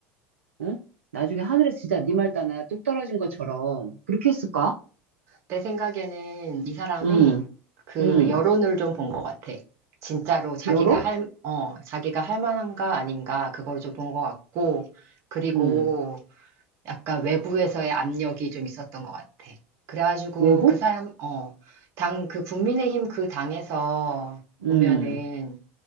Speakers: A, on the right; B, on the right.
A: 응? 나중에 하늘에서 진짜 네 말 따나 뚝 떨어진 것처럼 그렇게 했을까?
B: 내 생각에는 이 사람이
A: 음,
B: 그
A: 음,
B: 여론을 좀 본 것 같아. 진짜로 자기가
A: 여론?
B: 할, 어, 자기가 할 만한가 아닌가, 그걸 좀 본 것 같고, 그리고
A: 음,
B: 약간 외부에서의 압력이 좀 있었던 것 같아. 그래가지고
A: 외부?
B: 그 사람, 어, 당, 그 국민의힘 그 당에서
A: 음,
B: 보면은